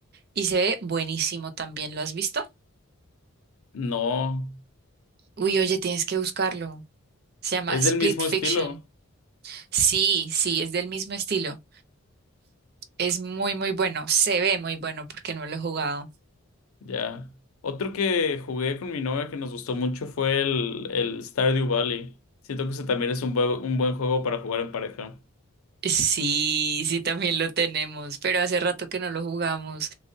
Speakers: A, on the right; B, on the left.
A: Y se ve buenísimo también, ¿lo has visto?
B: No.
A: Uy, oye, tienes que buscarlo. Se llama
B: Es
A: Split
B: del mismo
A: Fiction.
B: estilo,
A: Sí, sí, es del mismo estilo. Es muy, muy bueno. Se ve muy bueno porque no lo he jugado.
B: ya. Otro que jugué con mi novia que nos gustó mucho fue el, el Stardew Valley. Siento que ese también es un, bue- un buen juego para jugar en pareja.
A: Sí, sí, también lo tenemos, pero hace rato que no lo jugamos.